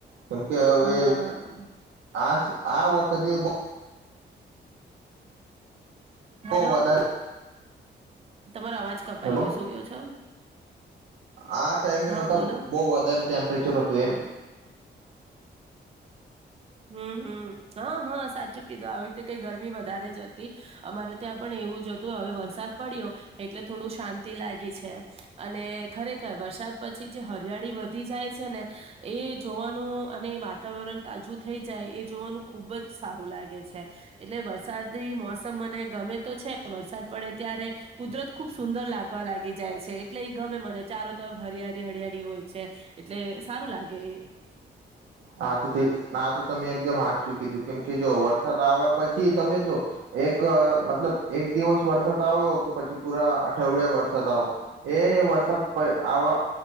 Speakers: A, on the right; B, on the right.
A: કેમકે હવે
B: હા
A: આ સ આ વખતે બ બહુ
B: હાલો
A: વધારે
B: તમારો અવાજ કપાઈ
A: હેલો
B: ગયો શું કેયો છો?
A: આ ટાઈમે
B: હા
A: મતલબ
B: બોલો
A: બહું વધારે ટેમ્પરેચર હતું એમ
B: હમ્મ હમ્મ હા હા સાચું કીધું આવી રીતે કઈ ગરમી વધારે જ હતી. અમારે ત્યાં પણ એવું જ હતું હવે વરસાદ પડ્યો એટલે થોડું શાંતિ લાગી છે અને ખરેખર વરસાદ પછી જે હરિયાળી વ વધી જાય છે ને એ જોવાનું અને વાતાવરણ તાજું થઈ જાય એ જોવાનું ખુબ જ સારું લાગે છે. એટલે વરસાદી મોસમ મને ગમે તો છે વરસાદ પડે ત્યારે કુદરત ખુબ સુંદર લાગવા લાગી જાય છે એટલે એ ગમે મને ચારો તરફ હરિયાળી હરિયાળી હોય છે. એટલે સારું લાગે એ
A: હા તો તે આ તો તમે એકદમ હાચુ કીધું કેમ જો વરસાદ આવે પછી તમે જો એક મતલબ એક દિવસ વરસાદ આવ્યો કે પછી પૂરા અઠવાડિયા વરસાદ આવો એ વરસાદ પ આવા